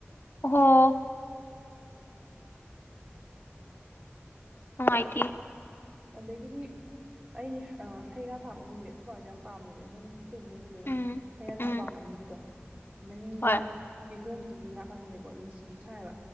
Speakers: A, on the left; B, on the right.
A: ꯑꯣ ꯍꯣ ꯅꯨꯡꯉꯥꯏꯇꯦ
B: ꯑꯗꯒꯤꯗꯤ ꯑꯩꯗꯤ ꯍꯩ ꯔꯥ ꯊꯥꯕꯒꯨꯝꯕꯁꯦ ꯈꯨꯣꯏꯕꯥꯥ ꯍꯣꯏꯁꯦ ꯌꯥꯝ ꯄꯥꯝꯃꯦꯕ ꯏꯃꯨꯡ ꯑꯩꯈꯣꯏ ꯏꯃꯨꯡ ꯃꯤꯈꯣꯏꯗ
A: ꯎꯝ
B: ꯍꯩꯔꯥ
A: ꯎꯝ
B: ꯊꯥꯕ ꯄꯥꯝꯕꯅꯤꯅꯀꯣ ꯃꯅꯤꯡꯗ
A: ꯍꯣꯏ
B: ꯀꯤꯍꯣꯝ ꯑꯗꯨꯒꯤ ꯅꯥꯀꯟ ꯗꯅꯦꯀꯣ ꯂꯤꯆꯤꯖꯨ ꯊꯥꯏꯌꯦꯕ